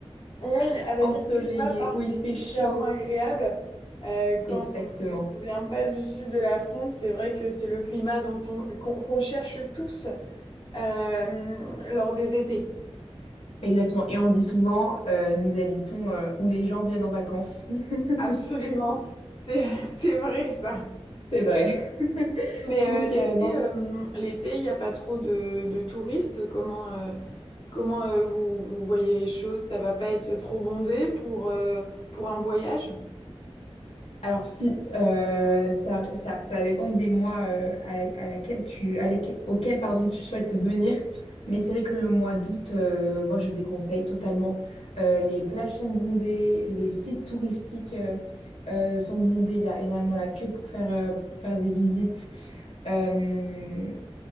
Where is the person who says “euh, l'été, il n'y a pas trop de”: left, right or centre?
Left